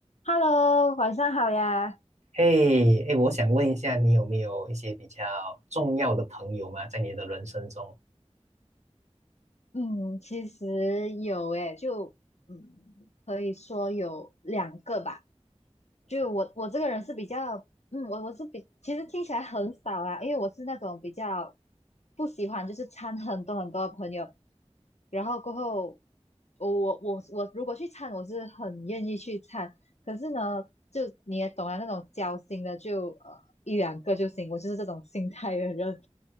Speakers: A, on the left (about 75°); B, on the right (about 90°).
A: Hello，晚上好呀。
B: 嘿，哎，我想问一下，你有没有一些比较重要的朋友吗？在你的人生中？
A: 嗯，其实有诶，就嗯，可以说有两个吧。就我我这个人是比较，嗯，我我是比，其实听起来很少啦，因为我是那种比较不喜欢就是掺很多很多朋友，然后过后我我我我如果去掺，我是很愿意去掺，可是呢，就你也懂啊，那种交心的就呃一两个就行，我就是这种心态的人，